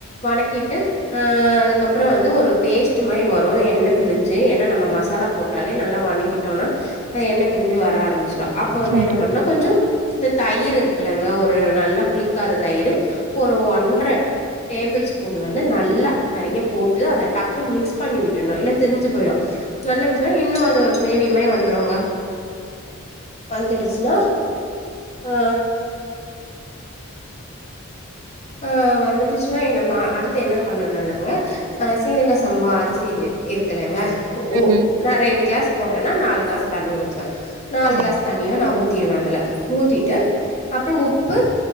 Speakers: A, on the left (about 30°); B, on the right (about 75°).
A: வணக்கிட்டு அ அதுக்கப்பறோ வந்து ஒரு பேஸ்ட்டு மாரி வரு எண்ண பிரிஞ்சு ஏனா நம்ம மசாலா போட்டாலே நல்லா வணிக்கிட்டோனா அது எண்ண பிரிஞ்சு வர ஆரம்பிச்சிரு அப்ப வந்து
B: சரி
A: என்ன பண்னுனா கொஞ்சோ இந்த தயிர் இருக்குல்லங்க ஒரு நல்லா புளிக்காத தயிரு ஒரு ஒன்ற டேபிள் ஸ்பூன் வந்து நல்லா நெறயா போட்டு அத டக்குன்னு மிக்ஸ் பண்ணி விட்டுறணு இல்ல திரிஞ்சு போயிறு நல்ல விஷயம் இன்னு அது ஒரு க்ரேவி மாரி வந்துருங்க வந்துடுச்சின்னா ஆ ஆ வந்துடுச்சின்னா நம்ம அடுத்து என்ன பண்ணணுனாங்க ஆ சீரக சம்பா அரிசி இருக்கல்லங்க ஓ
B: ம்
A: நா ரெண்டு கிளாஸ் போட்டொன்னா நாலு கிளாஸ் தண்ணி ஊத்துவே நாலு
B: ம்
A: கிளாஸ் தண்ணியு நா ஊ த்திறுவே அதுல ஊத்திட்டு அப்புறோ உப்பு